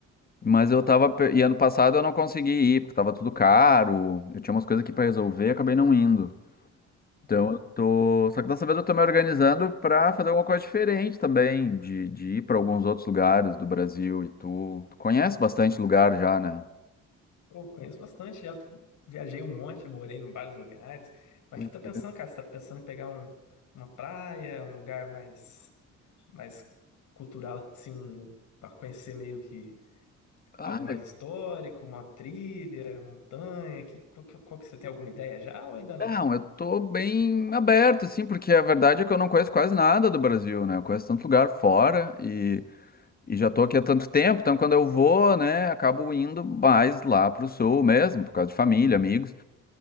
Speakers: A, on the left; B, on the left.
A: Mas eu tava. pe- E ano passado eu não consegui ir, porque tava tudo caro, eu tinha umas coisas aqui pra resolver e acabei não indo. Então
B: Uhum.
A: eu tô. Só que dessa vez eu tô me organizando pra fazer alguma coisa diferente também, de, de ir pra alguns outros lugares do Brasil e tu. Tu conhece bastante lugar já, né?
B: Pô, conheço bastante, já viajei um monte, morei em vários lugares. Mas
A: Pois
B: o que tá pensando,
A: é.
B: cara? Você tá pensando em pegar um- uma praia, um lugar mais, mais cultural, assim, um, pra conhecer meio que
A: Ah,
B: algo mais histórico, uma trilha, montanha? Que, qual, que qual que você tem alguma ideia já ou ainda não?
A: não, eu tô bem aberto, assim, porque a verdade é que eu não conheço quase nada do Brasil, né? Eu conheço tanto lugar fora e, e já tô aqui há tanto tempo, então quando eu vou, né, acabo indo mais lá pro sul mesmo, por causa de família, amigos.